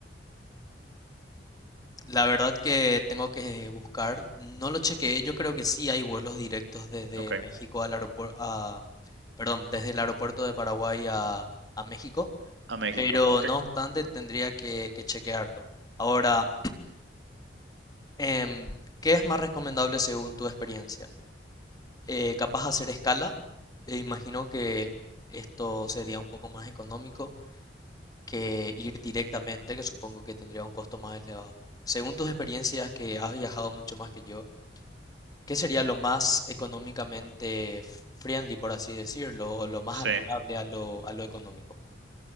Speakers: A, on the left (about 20°); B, on the right (about 80°).
A: La verdad que tengo que buscar. No lo chequeé. Yo creo que sí hay vuelos directos desde
B: Ok,
A: México al aeropuerto, a, perdón, desde el aeropuerto de Paraguay a, a México.
B: a México,
A: pero
B: ok.
A: no obstante tendría que, que chequearlo. Ahora, em, ¿qué es más recomendable según tu experiencia? Eh, ¿capaz hacer escala? Eh, imagino que esto sería un poco más económico que ir directamente, que supongo que tendría un costo más elevado. Según tus experiencias, que has viajado mucho más que yo, ¿qué sería lo más económicamente friendly, por así decirlo, o lo más
B: Sí.
A: amigable a lo, a lo económico?